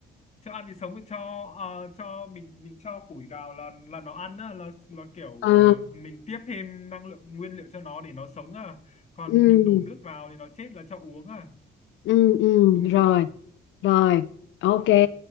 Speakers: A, on the left; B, on the left.
A: cho ăn thì sống thì cho ờ, cho mình mình cho củi vào là là nó ăn á, là là kiểu
B: À,
A: ờ, mình tiếp thêm năng lượng nguyên liệu cho nó để nó sống à còn
B: ừ,
A: mình đổ nước vào thì nó chết là cho uống à
B: ừ, ừ,
A: đúng
B: rồi.
A: chưa
B: Rồi, ok.
A: ừ.